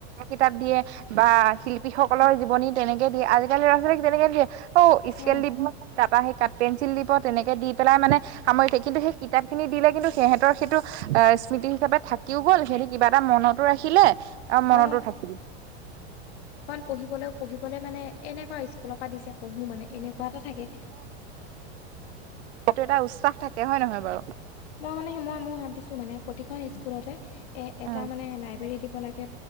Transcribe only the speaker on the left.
অ
অ
পঢ়িবলৈও পঢ়িবলৈ মানে এনেকুৱা স্কুলৰ পৰা দিছে পঢ়োঁ মানে এনেকা। কোৱা এটা থাকে।
মই মানে মই ম ভাবিছো মানে প্ৰতিখন স্কুলতে এ এটা
মানে লাইব্ৰৰী দিব লাগে।